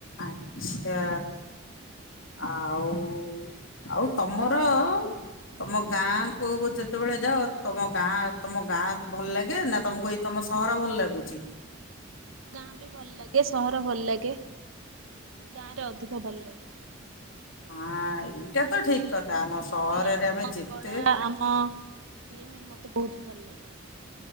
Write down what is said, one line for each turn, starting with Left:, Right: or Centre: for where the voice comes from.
Left: ଆଚ୍ଛା। ଆଉ ଆଉ ତମର ତମ ଗାଁ କୁ ଯେତେବେଳେ ଯାଅ ତମ ଗାଁ ତମ ଗାଁ ଭଲ ଲାଗେ ନା ତମକୁ ଏଇ କି ତମ ସହର ଭଲ ଲାଗୁଚି?
Right: ଗାଁ ବି ଭଲ ଲାଗେ ସହର ଭଲ ଲାଗେ ଗାଁ ରେ ଅଧିକ। ହଁ ଭଲ ଲାଗେ।
Left: ହଁ ଏଇଟା
Right: ଗାଁରେ
Left: ତ ଠିକ
Right: ଆମ
Left: କଥା
Right: ସଂସ୍କୃତି
Left: ସହରରେ
Right: ଆମ
Left: ଆମେ ଯେତେ
Right: କଳା ଆମ ଇଏ ହେ ମ ବ - ବହୁତ୍ ଭଲ ଲାଗେ।